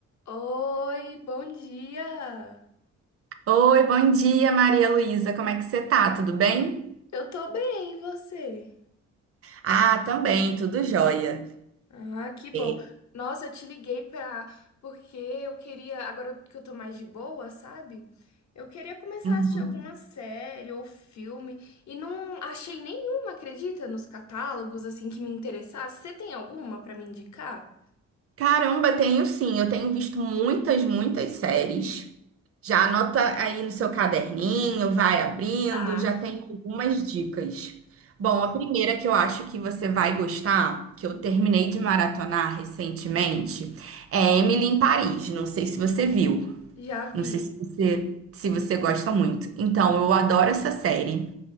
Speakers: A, on the left (about 65°); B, on the right (about 50°).
A: Oi, bom dia.
B: Oi, bom dia, Maria Luísa. Como é que você tá? Tudo bem?
A: Eu tô bem, e você?
B: Ah, também, tudo jóia.
A: Ah, que bom.
B: É,
A: Nossa, eu te liguei pra porque eu queria, agora que eu tô mais de boa, sabe? Eu queria começar
B: uhum.
A: a assistir alguma série ou filme e não achei nenhuma, acredita, nos catálogos assim que me interessasse. Você tem alguma pra me indicar?
B: Caramba, tenho sim. Eu tenho visto muitas, muitas séries. Já anota aí no seu caderninho, vai abrindo,
A: Tá,
B: já tem algumas dicas. Bom, a primeira que eu acho que você vai gostar, que eu terminei de maratonar recentemente, é Emily em Paris. Não sei se você viu,
A: já vi.
B: não sei se você, se você gosta muito. Então, eu adoro essa série.